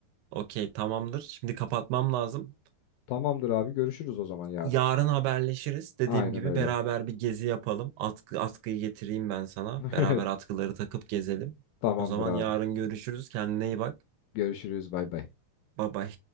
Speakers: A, on the right; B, on the left.
A: Okey, tamamdır. Şimdi kapatmam lazım.
B: Tamamdır abi görüşürüz o zaman yarın.
A: Yarın haberleşiriz. Dediğim
B: Aynen
A: gibi
B: öyle.
A: beraber bir gezi yapalım. Atkı, atkıyı getireyim ben sana.
B: <laughs>
A: Beraber atkıları takıp gezelim.
B: Tamamdır
A: O zaman
B: abi.
A: yarın görüşürüz. Kendine iyi bak.
B: Görüşürüz bay bay.
A: Bye bye.